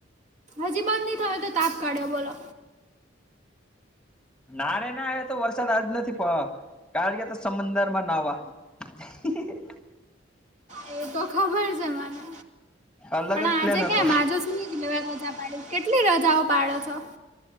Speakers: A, on the right; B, in the centre.
A: હજી બંધ નહી થયો તો તાપ કાઢ્યો બોલો
B: નારે ના એહ તો વરસાદ આજ નથી પ કાળ તો સમદર માં નાવા હ.
A: એ તો ખબર છે મને
B: અલગ
A: પણ
B: જ
A: આજે
B: પ્લેન હતો
A: કેમ આજુ સુું- રજા પાડી કેટલી રજાઓ પાડો છો.